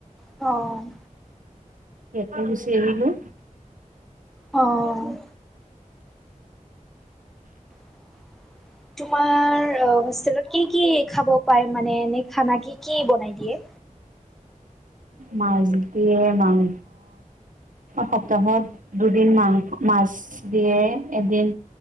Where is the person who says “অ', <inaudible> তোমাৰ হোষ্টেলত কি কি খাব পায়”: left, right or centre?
Centre